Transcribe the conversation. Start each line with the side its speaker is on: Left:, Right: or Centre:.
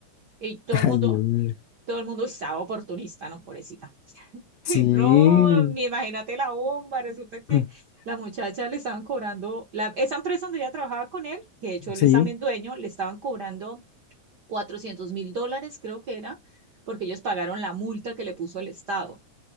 Right: y
Left: <laughs>
Right: todo el
Left: Ay,
Right: mundo,
Left: Dios mío.
Right: todo el mundo estaba oportunista, ¿no? Pobrecita. <laughs> Ay,
Left: Sí.
Right: No, ni imagínate la bomba, resulta que
Left: <clears throat>
Right: la muchacha le estaban cobrando, la, esa empresa donde ella trabajaba con él, que de hecho él
Left: Sí.
Right: es también dueño, le estaban cobrando Cuatrocientos mil dólares, creo que era, porque ellos pagaron la multa que le puso el Estado.